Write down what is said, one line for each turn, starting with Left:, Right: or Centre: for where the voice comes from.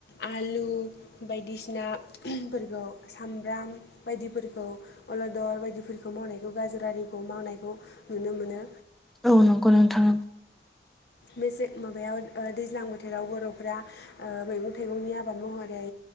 Left: आलु बायदिसिना <unintelligible> फोरखौ सामब्राम बायदिफोरखौ अलदर बायदिफोरखौ मावनायखौ गाज्रा गारिखौ मावनायखौ नुनो मोनो।
Centre: औ नंगौ नोंथां।
Left: बेजे माबायाव ओ दैज्लां बोथोराव बर'फ्रा मैगं थाइगंनि आबाद महरै